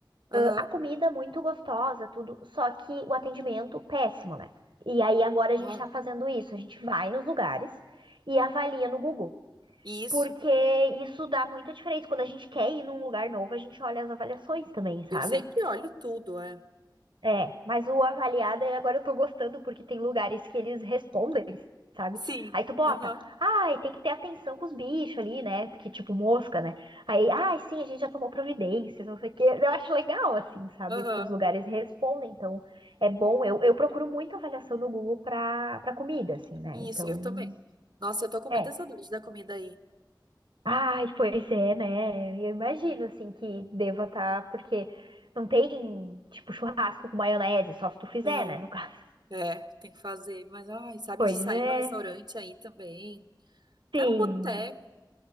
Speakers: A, on the right; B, on the right.
A: aham,
B: A comida muito gostosa, tudo, só que o atendimento péssimo, né? E aí agora a gente
A: ah,
B: tá fazendo isso, a gente vai nos lugares e avalia no Google,
A: isso.
B: porque isso dá muita diferença. Quando a gente quer ir num lugar novo, a gente olha as avaliações também, sabe?
A: Eu sempre olho tudo, é.
B: É, mas o avaliada, e agora eu tô gostando, porque tem lugares que eles respondem, sabe?
A: Sim,
B: Aí tu bota,
A: aham,
B: ai, tem que ter atenção com os bichos ali, né? Que tipo mosca, né? Aí, ai, sim, a gente já tomou providências, não sei o quê. Eu acho legal, assim, sabe?
A: aham,
B: Que os lugares respondem, então é bom. Eu, eu procuro muito avaliação no Google pra, pra comida, assim, né?
A: isso,
B: Então,
A: eu também. Nossa, eu tô com muita
B: é.
A: saudade da comida aí.
B: Ai, pois é, né? Eu imagino, assim, que deva estar, porque não tem, tipo, churrasco com maionese, só se tu fizer,
A: Não,
B: né? No caso.
A: é, tem que fazer. Mas, ai, sabe,
B: Pois
A: de sair
B: é,
A: no restaurante aí também. Até
B: sim,
A: no boteco.